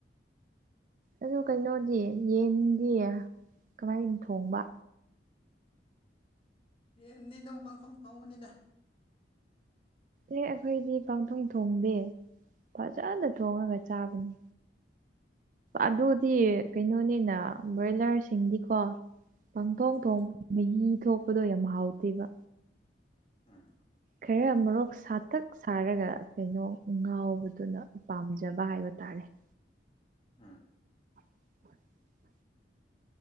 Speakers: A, on the right; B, on the left.
A: ꯑꯗꫭ ꯀꯩꯅꯣꯗꯤ ꯌꯦꯟꯗꯤ ꯀꯝꯃꯥꯏꯟ ꯊꯣꯡꯕ
B: ꯌꯦꯟꯗꯤ ꯑꯗꯨꯝ ꯄꯪꯊꯣꯡ ꯊꯣꯡꯕꯅꯤꯗ
A: ꯑꯦ ꯑꯩꯈꯣꯏꯗꯤ ꯄꯡꯊꯣꯡ ꯊꯣꯡꯗꯦ ꯐꯖꯅ ꯊꯣꯡꯉꯒ ꯆꯥꯕꯅꯤ ꯑꯗꯨꯗꯤ
B: ꯎꯝ
A: ꯀꯩꯅꯣꯅꯤꯅ ꯕ꯭ꯔꯣꯏꯂꯔꯁꯤꯡꯗꯤꯀꯣ ꯄꯪꯊꯣꯡ
B: ꯎꯝ
A: ꯊꯣꯡ ꯃꯍꯤ ꯊꯣꯛꯄꯗꯣ ꯌꯥꯝ ꯍꯥꯎꯇꯦꯕ
B: ꯎꯝ
A: ꯈꯔ ꯃꯣꯔꫭꯛ ꯁꯥꯇꯛ ꯁꯥꯔꯒ ꯀꯩꯅꯣ ꯉꯥꯎꯕꯗꯨꯅ ꯄꯥꯝꯖꯕ ꯍꯥꯏꯕ ꯇꯥꯔꯦ <inaudible>
B: <unintelligible>
A: <inaudible>